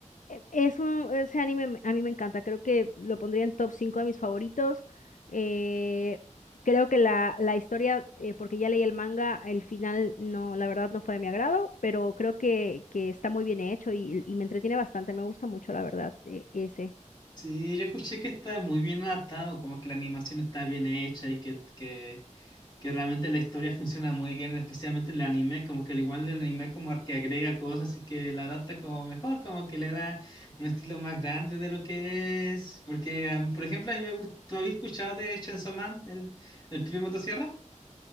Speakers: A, on the left (about 85°); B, on the left (about 35°).
A: e- es un, ese anime me- a mí me encanta, creo que lo pondría en top 5 de mis favoritos. Eh, creo que la, la historia, eh, porque ya leí el manga, el final no, la verdad no fue de mi agrado, pero creo que, que está muy bien hecho y, y me entretiene bastante, me gusta mucho, la verdad, e- ese.
B: Sí, yo escuché que está muy bien adaptado, como que la animación está bien hecha y que, que, que realmente la historia funciona muy bien, especialmente en el anime, como que al igual del anime como que agrega cosas y que la adapta como mejor, como que le da un estilo más grande de lo que es. Porque, ah, por ejemplo, a mí me gustó, ¿habéis escuchado de Chainsaw Man, el, el pibe motosierra?